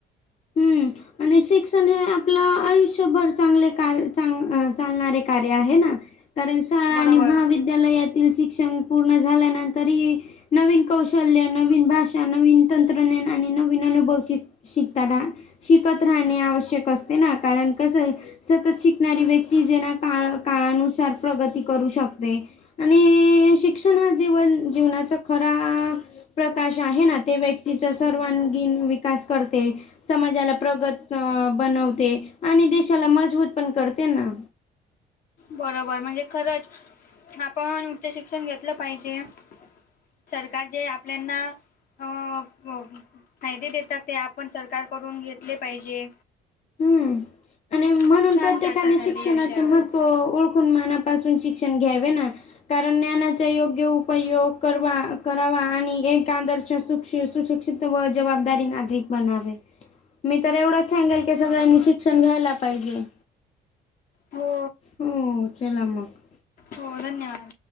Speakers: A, on the left; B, on the left.
A: हम्म आणि शिक्षण हे आपलं आयुष्यभर चांगले कार्य, चांगल चालणारं कार्य चालणारे कार्य आहे ना. कारण शाळा
B: बरोबर.
A: आणि महाविद्यालयातील शिक्षण पूर्ण झाल्यानंतरही नवीन कौशल्य, नवीन भाषा, नवीन तंत्रज्ञान आणि नवीन अनुभवषिक शिकताना शिकत राहणे आवश्यक असते ना, कारण कसय? सतत शिक णारी व्यक्ती जी, का काळानुसार प्रगती करू शकते. आणि ई ई शिक्षण हा जीवन जीवनाचा खरा आ प्रकाश आहे ना, ते व्यक्तीच्या सर्वांगीण विकास करते. समाजाला प्रगत बनवते आणि देशाला मजबूत पण करते ना.
B: बरोबर म्हणजे खरंच, आपण उच्च शिक्षण घेतलं पाहिजे. सरकार जे आपल्याना अ क फायदे देतात, ते आपण सरकारकडून घेतले पाहिजे.
A: हम्म आणि म्हणून
B: खूप छान
A: प्रत्येकाने
B: चर्चा झाली
A: शिक्षणाचे
B: या विषयावर.
A: महत्त्व ओळखून मनापासून शिक शिक्षण घ्यावे ना. कारण ज्ञानाचा योग्य उपयोग करवा करावा आणि एक का आदर्श सुशिक्षित व जवाबदारी नागरिक बनावे. मी तर एवढंच सांगेल की, सगळ्यांनी शिक्षण घ्यायला पाहिजे.
B: हो.
A: हो चला मग.
B: हो धन्यवाद.